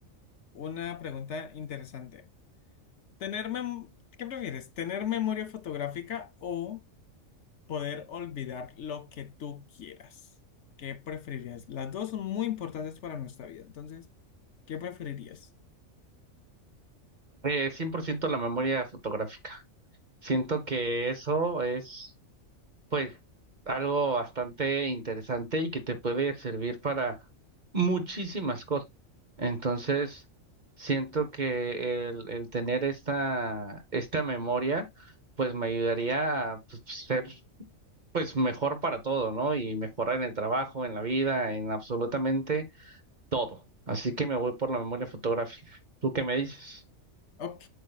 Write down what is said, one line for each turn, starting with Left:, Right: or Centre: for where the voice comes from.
Left: una pregunta interesante. ¿Tener mem- ¿qué prefieres? ¿Tener memoria fotográfica o poder olvidar lo que tú quieras. ¿Qué preferirías? Las dos son muy importantes para nuestra vida. Entonces, ¿qué preferirías?
Right: Eh, 100% la memoria fotográfica. Siento que eso es, pues, algo bastante interesante y que te puede servir para muchísimas cosas. Entonces, siento que el, el tener esta, esta memoria, pues, me ayudaría a pues, ser, pues, mejor para todo, ¿no? Y mejorar en el trabajo, en la vida, en absolutamente todo. Así que me voy por la memoria fotográfica. ¿Tú qué me dices?
Left: Ok,